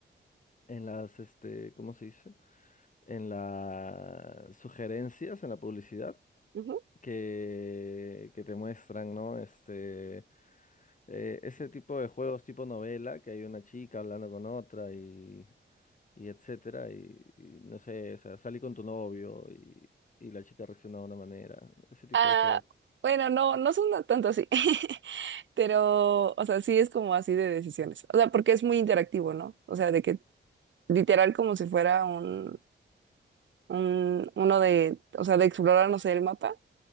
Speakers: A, on the left; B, on the right.
A: en las, este, ¿cómo se dice? En las sugerencias, en la publicidad,
B: Ujú.
A: que, que te muestran, ¿no? Este, eh, ese tipo de juegos tipo novela, que hay una chica hablando con otra y, y etcétera, y, y no sé, o sea, salí con tu novio y, y la chica reacciona de una manera, ese tipo
B: Ah,
A: de juegos,
B: bueno, no, no son tanto así, <laughs> pero, o sea, sí es como así de decisiones. O sea, porque es muy interactivo, ¿no? O sea, de que literal como si fuera un, un, uno de, o sea, de explorar, no sé, el mapa,